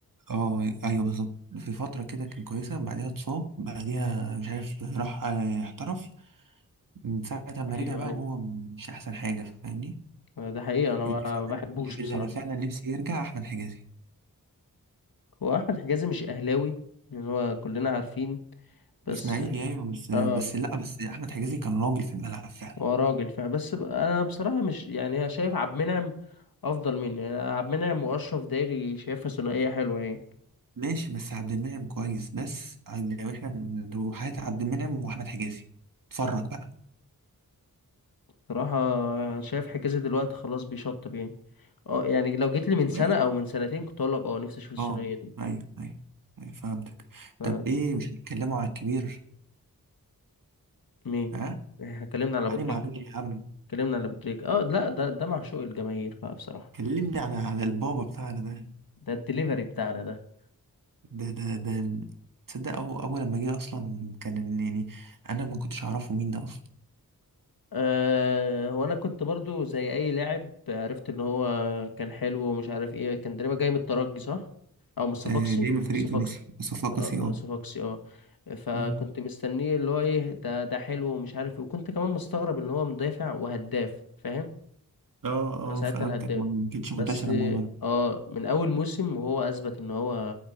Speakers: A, on the right; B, on the left.
A: اه ايوه بالظبط في فترة كده كانت كويسة بعدها اتصاب بعديها مش عارف راح آه، احترف من ساعة ما رجع
B: ايوه
A: بقى
B: ايوه
A: هو مش أحسن حاجة فاهمني
B: آه، ده حقيقة انا ما
A: اللي فعلا
B: بحبوش بصراحة
A: اللي فعلا نفسي يرجع أحمد حجازي
B: هو احمد حجازي مش اهلاوي لان هو كلنا عارفين بس
A: إسماعيلي أيوه بس بس
B: اه
A: لأ بس أحمد حجازي كان راجل في الملعب فعلا
B: هو راجل فعلا بس ب- انا بصراحة مش يعني أنا شايف عبد المنعم افضل منه يعني عبد المنعم واشرف دايري شايفها ثنائية حلوة يعني
A: ماشي بس عبد المنعم كويس بس عن- لو احنا لو حياة عبد المنعم واحمد حجازي اتفرج بقى
B: بصراحة أنا شايف حجازي دلوقتي خلاص بيشطب يعني اه يعني لو جيت لي من سنة
A: ماشي
B: او من سنتين كنت اقول لك اه نفسي اشوف الثنائية
A: اه
B: دي
A: ايوه ايوه ايوه فهمتك
B: ف-
A: طب ايه مش هنتكلموا على الكبير
B: مين
A: ها
B: احنا اتكلمنا على ابو
A: علي
B: تريكة
A: معلول يا عم
B: اتكلمنا على ابو تريكة اه لا ده ده معشوق الجماهير بقى بصراحة
A: كلمني على على البابا بتاعنا ده
B: ده الدليفري بتاعنا ده
A: ده ده ده تصدق أو اول لما جه اصلا كان يعني انا ما كنتش اعرفه مين ده اصلا
B: أه هو انا كنت برضو زي اي لاعب عرفت ان هو كان حلو ومش عارف ايه كان تقريبا جاي من الترجي صح او من الصفاقسي
A: آه، جاي
B: من
A: من فريق
B: الصفاقسي
A: تونسي صفاقسي
B: اه
A: اه
B: الصفاقسي اه فكنت
A: مم.
B: مستنيه اللي هو ايه ده ده حلو ومش عارف ايه وكنت كمان مستغرب ان هو مدافع وهداف فاهم
A: اه
B: انا ساعتها
A: اه فهمتك
B: الهداف
A: ما ما كانتش
B: بس
A: منتشره الموضوع ده
B: اه من اول موسم وهو اثبت ان هو